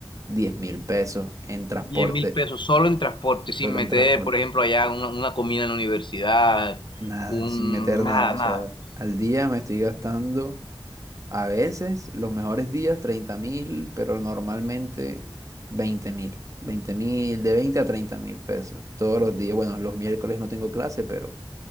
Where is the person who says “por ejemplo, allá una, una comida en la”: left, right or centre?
Left